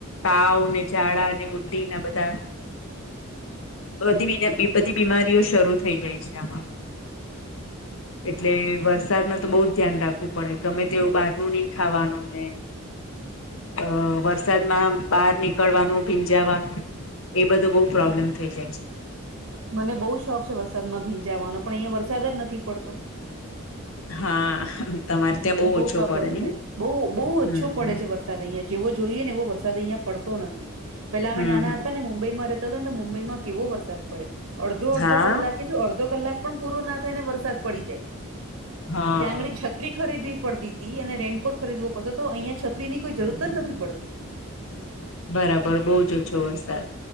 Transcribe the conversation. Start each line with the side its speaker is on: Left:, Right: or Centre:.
Left: તાવ ને ઝાડા ને ઉલ્ટી ના બધા. અ બધી વી બધી બીમારીઓ શરૂ થઈ જાય છે. એટલે વરસાદમાં તો બહુ. ધ્યાન રાખવું પડે ગમે તેવું બહાર ન નહી ખાવાનું ને. અ વરસાદમાં બહાર નીકળવાનું ભીંજાવાનું એ બધો બઉ પ્રોબ્લેમ થઇ જાય છે.
Right: મને બહુ શોખ છે વરસાદમાં ભીંજાવવાનો પણ અહીંયા વરસાદ જ નથી પડતો.
Left: હા. તમારે ત્યાં
Right: મને બહુ
Left: ઓછો
Right: પ્રોબ્લેમ
Left: પડે નહી
Right: થાય બઉુ બહુ ઓછો
Left: હમ
Right: પડે છે વરસાદ વરસાદ અહિયાં જેવો જોઈએ ને એવો વરસાદ અહીંયા પડતો નથી પેલા અમે
Left: હમ
Right: નાના
Left: હમ
Right: હતા ને મુંબઈમાં રહેતા હતા ને મુંબઈ માં કેવો વરસાદ પડે. અડધો અડધો
Left: હા
Right: કલાકે શું અડધો કલાક પણ પૂરો ના થાય ને વરસાદ પડી જાય.
Left: હા.
Right: ત્યાં આંગળી છત્રી ખરીદવી પડતી. તી અને રેનકોટ ખરીદવો પડતો તો અહિયા છત્રી ની કોઈ જરૂર જ નથી પડતી.
Left: બરાબર બહુજ ઓજો વરસાદ.